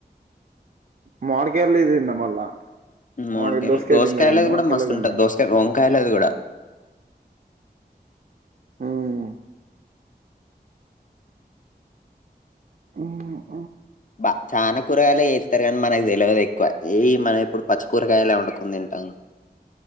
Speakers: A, on the right (about 55°); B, on the left (about 50°).
A: మావిడికాయలేదేంది మళ్ళా
B: మావిడికాయలు
A: మామిడి దోసకాయ
B: దోసకాయలది
A: తినలే కానీ మామిడికాయలే
B: కూడా మస్తుంటది
A: తిన్నా
B: దోసకాయ వంకాయలది కూడా
A: హ్మ్ హ్మ్
B: బా చాను కూరగాయలే <unintelligible> అంటారు గాని మనకు తెలవదు ఎక్కువ ఏ మన ఎప్పుడు పచ్ కూరగాయలే వండకుని తింటం